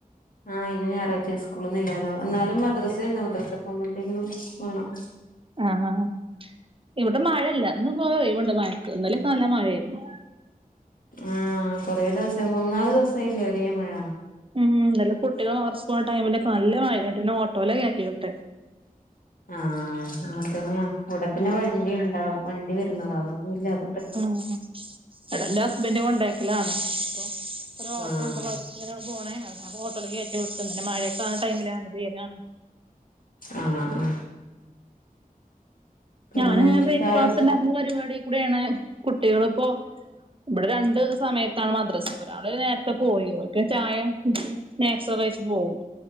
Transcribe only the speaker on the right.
ആഹ് ഇവടെ മഴല്ല ഇന്ന് പോയ <unintelligible> കൊണ്ട് മഴക്ക് ഇന്നലെ നല്ല മഴയായിരുന്നു
ഉം ഇന്നലെ കുട്ടികൾ അവർ സ്കൂ ടൈമിലൊക്കെ നല്ല മഴ <unintelligible> പിന്നെ ഓട്ടോയിലാക്കയറ്റി വിട്ടേ
ആഹ് എടന്റെ ഹസ്ബൻ്റ് കൊണ്ടേയാക്കലാണ് അപ്പ ഒരു ഓട്ടോ
ഉണ്ട് മദ്രസ്‌ക്ങ്ങനെ പോണ <unintelligible> ഓട്ടോല് കയറ്റി വിട്ട് ങ്ങനെ മഴയൊക്കെ ആവ്ണ ടൈമിലാ <unintelligible>
ഞാനിങ്ങനെ ബ്രേക്ക്ഫാസ്റ്റ്
ഉണ്ടായിരുന്ന പരിപാടി കൂടെയാണ് കുട്ടികളിപ്പോ ഇവടെ രണ്ട് സമയത്താണ് മദ്രസ് ഒരാള് നേരത്തെ പോയി ഓക്ക് ചായ നാക്‌സൊക്കെ കഴിച്ച് പോകും